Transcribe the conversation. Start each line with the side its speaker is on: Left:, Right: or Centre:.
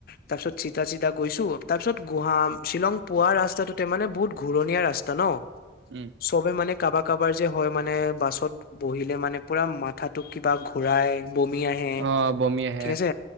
Left: তাৰ পিছত চিতা চিদা গৈছো তাৰ পিছ গহা শ্বিলং পোৱা ৰাস্তাটোতে মানে বহুত ঘূৰণীয়া ৰাস্তা ন।
Right: উম
Left: চবে মানে কাৰবাৰ কাৰবাৰ যে হয় মানে বাছত বহিলে মানে পুৰা মাথাতোক কিবা ঘূৰাই। বমি আহে
Right: অ বমি আহে
Left: ঠিক আছে